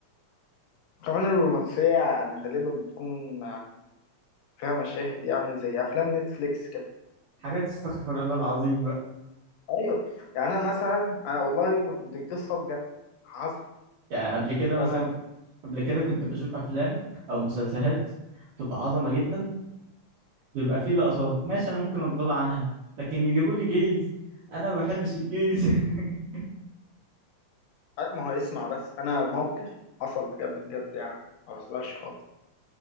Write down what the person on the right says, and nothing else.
حاجات استغفر الله العظيم بقى
يعني قبل كده
مثلا قبل كده كنت بشوف أفلام أو مسلسلات بتبقى عظمة جدا بيبقى فيه لقطات ماشي انا ممكن اتغاضى عنها لكن يجيبوا لي جيز انا ما بحبش الجيز <laughs>